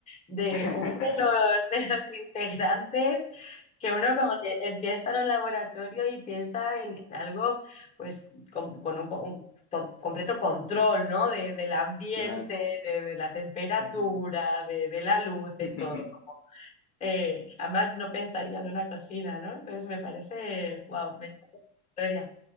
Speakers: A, on the left; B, on the left.
A: de
B: <laughs>
A: uno de los, <laughs> de los integrantes, que uno como que eh, piensa en un laboratorio y piensa en, en algo pues con, con un, co- un to- completo control, ¿no? De- del ambiente,
B: Claro.
A: de, de la temperatura,
B: Ujú.
A: de, de la luz, de
B: <laughs>
A: todo. como, eh, jamás no pensaría en una cocina, ¿no? Entonces me parece, wow, me encanta la historia.